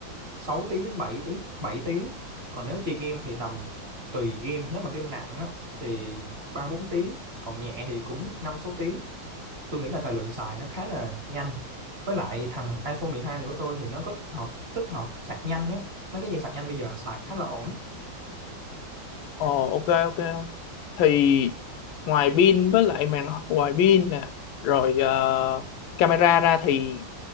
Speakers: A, on the right (about 35°); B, on the left (about 80°).
A: 6 tiếng đến bảy tiếng bảy tiếng còn nếu chơi game thì tầm tùy game nếu mà game nặng á thì ba bốn tiếng còn nhẹ thì cũng năm sáu tiếng tôi nghĩ là thời lượng xài nó khá là nhanh với lại thằng iPhone 12 này của tôi thì nó có tích hợp tích hợp sạc nhanh đó mấy cái dây sạc nhanh bây giờ xài khá là ổn
B: Ờ ok ok. Thì ngoài pin với lại màn ngoài pin nè rồi ờ, camera ra thì